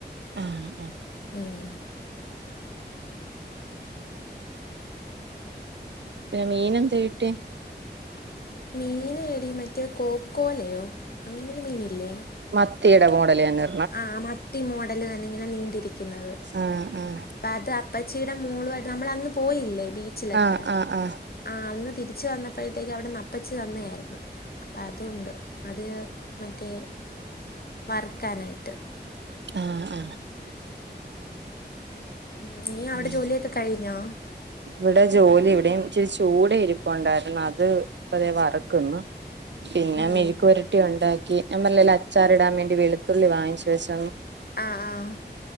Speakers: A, on the right (about 80°); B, on the left (about 60°).
A: ആഹ് ആഹ്
B: ഉം
A: പിന്ന മീനെന്ത് കിട്ടി
B: മീനേടീ മറ്റേ കോക്കോലയോ അങ്ങനൊരു മീനില്ലേ
A: മത്തിയെട മോഡല് തന്ന
B: ആഹ് മട്ടി മോഡല് തന്നിങ്ങനെ നീണ്ടിരിക്ക്ന്നത്
A: ആഹ് ആഹ്
B: അപ്പോ അത് അപ്പച്ചീട മോളുവായിട്ട് നമ്മളന്ന് പോയില്ലേ ബീച്ചിലൊക്ക
A: ആഹ് ആഹ് ആഹ്
B: ആഹ് അന്ന് തിരിച്ച് വന്നപ്പഴത്തേക്ക് അവിടന്നപ്പച്ചി തന്നേയായിര്ന്ന് അപ്പ അതുണ്ട് അത് മറ്റേ വർക്കാനായിട്ട്
A: ആഹ ആഹ്
B: ഉ നീ അവിടെ
A: ഉം
B: ജോലിയൊക്കെ കഴിഞ്ഞോ
A: ഇവിടെ ജോലി ഇവിടെയും ഇച്ചിരി ചൂട ഇരിപ്പ ഉണ്ടായിരുന്നു അത് ഇപ്പതേ വറക്കുന്നു പിന്നെ
B: ഉം
A: മെഴുക്ക് പുരട്ടി ഉണ്ടാക്കി ഞാ പറഞ്ഞില്ലേ അച്ചാർ ഇടാൻ വേണ്ടി വെളുത്തുള്ളി വാങ്ങിച്ചു വെച്ച
B: ആഹ ആഹ